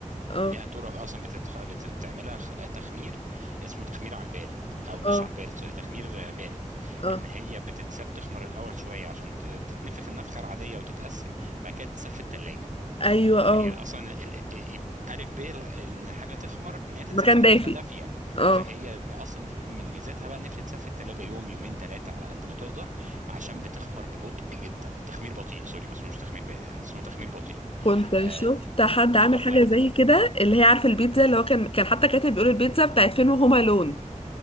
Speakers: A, on the left; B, on the right.
A: اه
B: ليها طرق اصلا بتتخ... بتعملها خ- تخمير اسمه تخمير على البارد او مش
A: اه
B: على البارد سوري تخمير آه، بارد
A: اه
B: ان هي بتتساب تخمر الاول شويه عشان ت- تتنفخ النفخه العاديه وتتقسم بعد كده تتساب في الثلاجه
A: ايوه اه
B: يعني اصلا ال... ال... ال- الف ب الغ- ان الحاجه تخمر ان هي تتساب
A: مكان
B: في حته
A: دافي
B: دافيه
A: اه
B: فهي ب- اصلا دي من ميزاتها بقى ان هي بتتساب في الثلاجه يوم يومين ثلاثه على قد ما تقدر عشان بتخمر ببطء جدا تخمير بطيء سوري ما اسمهوش تخمير بارد اسمه تخمير بطيء
A: كنت
B: آه،
A: شفت حد
B: تقعد
A: عامل حاجه
B: وقت
A: زي
B: بقى
A: كده اللي هي عارفه البيتزا اللي هو كان كان حتى كاتب بيقول البيتزا بتاعت فين وهما لون